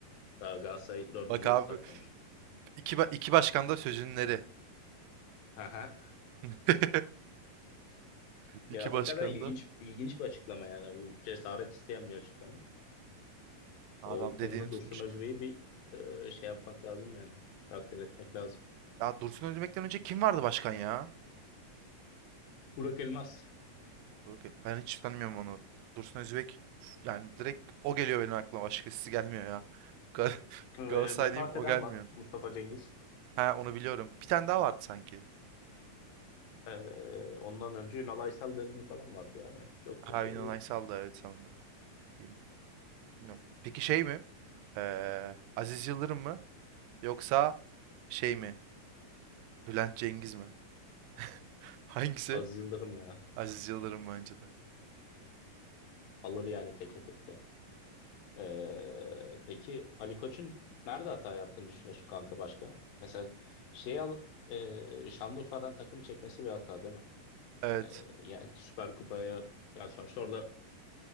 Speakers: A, on the left (about 80°); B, on the right (about 85°).
A: Daha Galatasaray dördüncü
B: Bak abi
A: yıldız takmamış.
B: iki, ba- iki başkan da sözünleri.
A: Aha.
B: <laughs>
A: Ya
B: İki başkan
A: hakikaten ilginç
B: da
A: ilginç bir açıklama yani. Bu cesaret isteyen bir açıklama.
B: adam
A: O konuda
B: dediğini tutmuş.
A: Dursun Özbey'i bir e, şey yapmak lazım yani. Takdir etmek lazım.
B: Ya Dursun Özbek'ten önce kim vardı başkan ya?
A: Burak Elmas.
B: Dur bakayım. Ben hiç tanımıyorum onu. Dursun Özbek yani direkt o geliyor benim aklıma. Başkası gelmiyor ya. Gal- <laughs>
A: e,
B: Galatasaraylıyım
A: vefat
B: o
A: eden
B: gelmiyor.
A: var. Mustafa Cengiz.
B: Ha onu biliyorum. Bir tane daha vardı sanki.
A: E, ondan önce Ünal Aysal dönemi falan vardı yani. Çok
B: Ha
A: da şey
B: Yunan
A: değil.
B: Aysal da evet sanırım. Diyeyim. Bilmiyorum. Peki şey mi? Ee, Aziz Yıldırım mı? Yoksa şey mi? Bülent Cengiz mi? <laughs> Hangisi?
A: Az Yıldırım ya.
B: Aziz Yıldırım bence de.
A: Alır yani teke tek de. Ee, peki Ali Koç'un nerede hata yaptığını düşünüyorsun kanka başka? Mesela şey al e, Şanlıurfa'dan takımı çekmesi bir hata değil mi?
B: Evet.
A: Ee, yani Süper Kupa'ya ya sonuçta orada